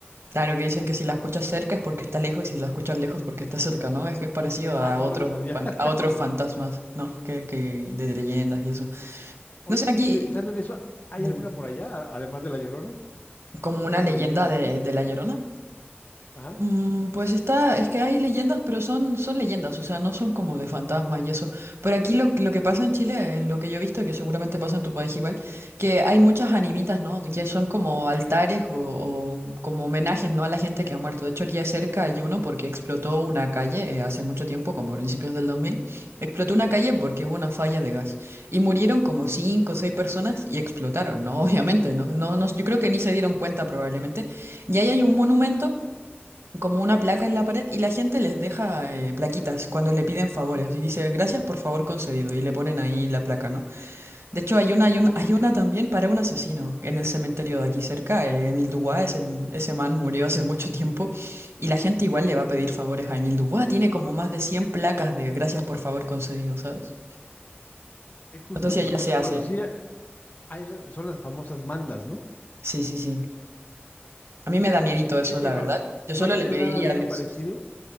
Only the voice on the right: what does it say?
Claro que dicen que si la escuchas cerca es porque está lejos y si la escuchas lejos porque está cerca, ¿no? Es que es parecido
a
otros
fan-
a otros fantasmas, ¿no? Que, que de leyendas y eso.
No sé,
aquí
dime,
como
una
leyenda
de,
de La Llorona.
Mm, pues está, es que hay leyendas, pero son, son leyendas, o sea, no son como de fantasmas y eso. Por aquí lo, lo que pasa en Chile, eh, lo que yo he visto, que seguramente pasa en tu país igual, que hay muchas animitas, ¿no? Que son como altares o, o como homenajes, ¿no? A la gente que ha muerto. De hecho, aquí acerca hay uno porque explotó una calle eh, hace mucho tiempo, como a principios del 2000. Explotó una calle porque hubo una falla de gas. Y murieron como cinco o seis personas y explotaron, ¿no? <laughs> Obviamente, ¿no? No, no, yo creo
que ni se dieron cuenta probablemente. Y ahí hay un monumento como una placa en la pared y la gente les deja eh, plaquitas cuando le piden favores y dice gracias por favor concedido y le ponen ahí la placa, ¿no? De hecho hay una, hay un-
hay
una también para un asesino en el cementerio de aquí cerca, eh, Emile Dubois, ese, ese man murió hace mucho tiempo y la gente igual le va a pedir favores a Emile Dubois, tiene como más de 100 placas de gracias por favor concedido, ¿sabes?
No sé si allá se hace.
Sí, sí, sí. A mí me da miedito eso,
la
verdad.
Yo
solo
le pediría
a
Dios.